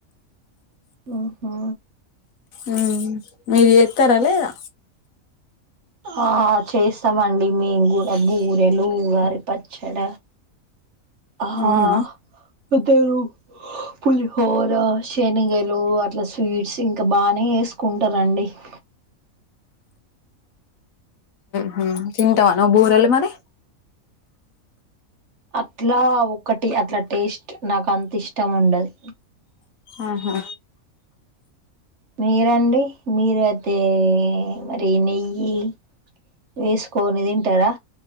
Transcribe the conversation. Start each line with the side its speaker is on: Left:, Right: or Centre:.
Right: ఉ హ
Left: ఉమ్ మీరు చేత్తరా లేదా
Right: ఆ చేస్తామండి మేము గు బూరెలు ఉగాది పచ్చడ ఆహ
Left: అవునా
Right: పెద్దరు పులిహోర శనగలు అట్లా స్వీట్స్ ఇంకా బానే వేసుకుంటారండి <inaudible>
Left: హ తింటావా నువ్యు బూరలు మరి
Right: అట్లా ఒకటి అట్లా టేస్ట్ నాకు అంత ఇష్టం ఉండదు
Left: ఆహా
Right: మీరండి మీరు అయితే మరి నెయ్యి వేసుకోని తింటారా